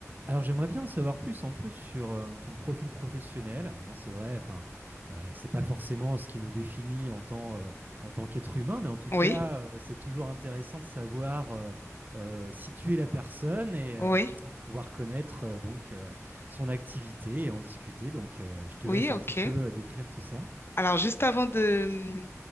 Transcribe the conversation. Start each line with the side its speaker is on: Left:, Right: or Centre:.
Right: Alors j'aimerais bien en savoir plus un peu sur euh, ton profil professionnel, hein, c'est vrai, enfin, euh, c'est pas forcément ce qui nous définit en tant, euh, en tant qu'être humain, mais en tout
Left: Oui,
Right: cas, euh, c'est toujours intéressant de savoir euh, euh, situer la personne et, euh,
Left: oui,
Right: et pouvoir connaître euh, donc euh, son activité et en discuter. Donc euh, je te
Left: oui,
Right: laisse un
Left: ok.
Right: petit peu euh, décrire tout ça.
Left: Alors, juste avant de,